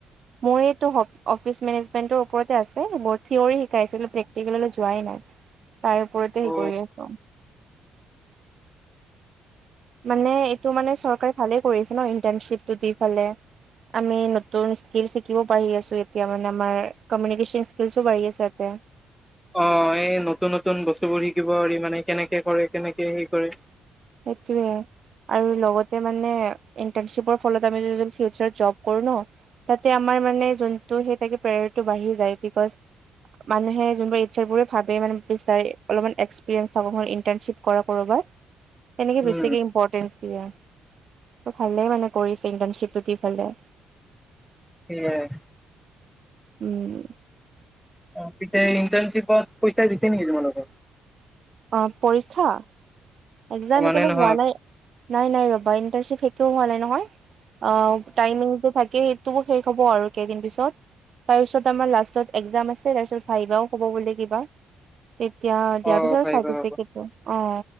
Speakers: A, on the right; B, in the centre.
A: মোৰ এইটো অফ অফিচ মেনেজমেন্টৰ ওপৰতে আছে বত- থিয়ৰী শিকাইছিলো প্ৰেক্টিকেললৈ যোৱাই নাই তাই ওপৰতে হেৰি
B: অ
A: কৰি আছোঁ। মানে এইটো মানে চৰকাৰে ভালে কৰিছে ন ইণ্টাৰ্ণশ্বিপটো দি পালে। আমি নতুন স্কিল শিকিব পাঢ়ি আছো এতিয়া, মানে আমাৰ কমিউনিকেশ্যন স্কিলছো বাঢ়ি আছে ইয়াতে।
B: অ' এই নতুন নতুন বস্তুবোৰ শিকিব পাৰি মানে কেনেকে কৰে কেনেকে হেৰি কৰে
A: সেইটোৱে। আৰু লগতে মানে ইণ্টাৰ্নশ্বিপৰ ফলত আমি যদি ফিউচাৰত জব কৰো ন, তাতে আমাৰ মানে যোনটো সেই তাকে প্ৰেয়াৰটো বাঢ়ি যায়। বিকজ, মানুহে যোনবোৰ ইচ্ছা বোৰে ভাবে মানে বিচাৰে অলপমান এক্সপিৰিয়েঞ্চ হ'ব মোৰ ইণ্টাৰ্ণশ্বিপ কৰো কৰ'বাত। তেনেকে বেছিকে
B: উম
A: ইম্পৰ্টেন্ট দিয়ে। ত' ভালে মানে কৰিছে ইণ্টাৰ্ণশ্বিপটো দি পেলাই।
B: সেইয়াই।
A: উম'
B: ত পিছে ইণ্টাৰ্ণশ্বিপত পৰীক্ষা দিছে নেকি, তোমালোকক?
A: অ পৰীক্ষা। একজাম
B: মানে
A: এতিয়ালৈকে
B: নহয়
A: হোৱা নাই। নাই নাই ৰবা ইণ্টাৰ্ণশ্বিপ শেষেই হোৱা নাই নহয়। অ টাইমিং টো থাকেই সেইটো শেষ হ'ব আৰু কেইদিন পিছত। তাৰপিছত আমাৰ লাষ্টত একজাম আছে তাৰপিছত ভাইবাও হ'ব বুলে কিবা। তেতিয়া দিয়াৰ
B: অ
A: পিছত
B: ভাবিব
A: চাৰ্টিফিকেটো
B: হ'ব।
A: অ